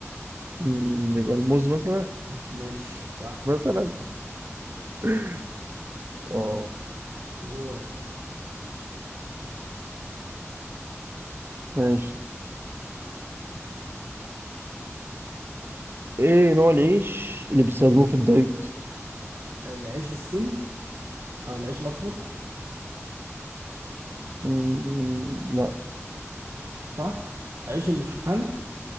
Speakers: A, on the right; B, on the right.
A: مم، يبقى الموز مثلا
B: ماشي صح
A: مثلا <laughs>
B: ماشي
A: اه
B: دورك
A: ماشي ايه نوع العيش اللي بيستخدموه في الدايت
B: العيش السن او العيش الاسمر
A: مم، لا
B: صح عيش الشوفان